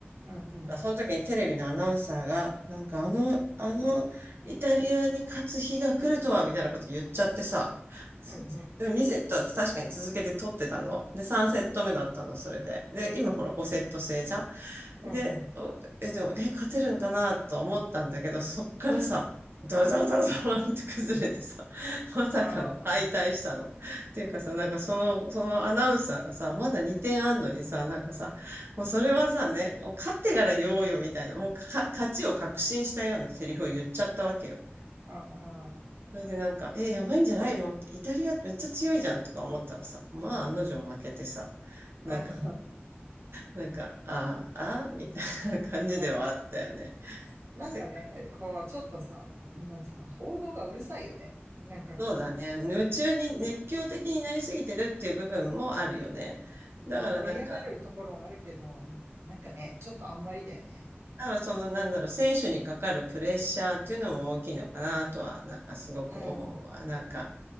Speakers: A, on the right; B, on the right.
A: うん、うん、
B: かその時にテレビのアナウンサーが、なんかあの、あの、イタリアに勝つ日が来るとは、みたいなこと言っちゃってさ、すでも2セットは確かに続けて取ってたの。
A: うん、うん、
B: で、3セット目だったの、それで。で、今ほら5セット制じゃん
A: うん、
B: で、
A: うん、
B: おえ、でも、え、勝てるんかなと思ったんだけど、そっからさ、ダラダラダラダラって崩れてさ、<laughs> まさかの敗退したの。
A: ああ、
B: っていうかさ、なんかその、そのアナウンサーがさ、まだ2点あんのにさ、なんかさ、もうそれはさね、もう勝ってから言おうよみたいな、もうか勝ちを確信したようなセリフを言っちゃったわけよ。
A: あ
B: それでなんか、え、やばいんじゃないのって、イタリアめっちゃ強いじゃんとか思ったらさ、まあ案の定負けてさ、なんか、
A: あ、あ
B: なんか、ああ、ああ、みたいな感じではあったよね。
A: あ、なんかね、
B: せ
A: こう、ちょっとさ、なんつうの、報道がうるさいよね。なんかこう、
B: そうだね。夢中に、熱狂的になりすぎてるっていう部分もあるよね。だからなんか、
A: まあ盛り上がるところはあるけど、うんなんかね、ちょっとあんまりだよね。
B: だからそのなんだろう、選手にかかるプレッシャーっていうのも大きいのかなとは、なんかすごく思うわ。
A: うん、うん、
B: なんか、